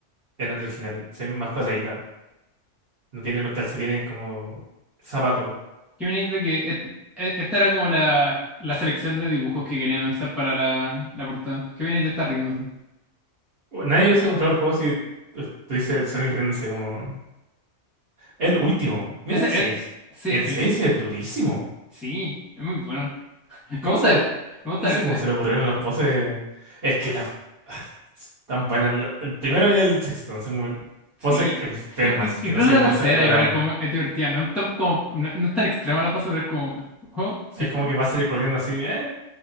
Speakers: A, on the right (about 50°); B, in the centre.
A: en el original. Se ven más cuadraditas. No tiene los calcetines como zapato.
B: Que venís de que et- e- esta era como la, la selección de dibujos que querían usar para la, la portada. Que venís de estar riéndose.
A: O- Nadie hubiese comprado el juego si estuviese el Sonic riéndose como... El último. Mira
B: Ese
A: el seis
B: es. Sí,
A: El
B: el,
A: 6 es durísimo.
B: sí, es muy bueno. <laughs>
A: ¿Cómo
B: Me gusta
A: se lo...
B: este. Me gusta
A: No sé
B: este.
A: cómo se le ocurrieron las poses. Es que las... <sighs> Tan buenas. la- El primero y el sexto son como el-
B: Sí.
A: poses enfermas
B: I- i- incluso
A: que no sé
B: la
A: cómo
B: tercera,
A: sa- lograron.
B: igual es, como, es divertida. No es tan, como, no, no es tan extrema la pose, pero es como. Oh, soy
A: Es
B: ju-
A: como que va a salir corriendo así. Eh,